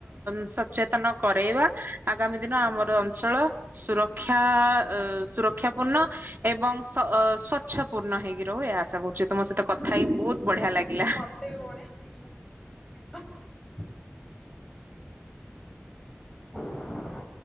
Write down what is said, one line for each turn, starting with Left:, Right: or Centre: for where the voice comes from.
Right: ସ ସଚେତନ କରେଇବା। ଆଗାମୀ ଦିନ ଆମର ଅଞ୍ଚଳ ସୁରକ୍ଷା ଅ ସୁ ରକ୍ଷାପୂର୍ଣ୍ଣ ଏବଂ ସ-ସ୍ଵଚ୍ଛପୂର୍ଣ୍ଣ ହେଇକି ରହୁ। ଏହା ଆଶା କରୁଛି, ତମ ତ କଥାହେଇ ବହୁତ ବଢିଆ ଲାଗିଲା।
Centre: ମତେ ବି ବଢିଆ ଲାଗିଲା ଧନ୍ୟବାଦ। ହୁ ହୁ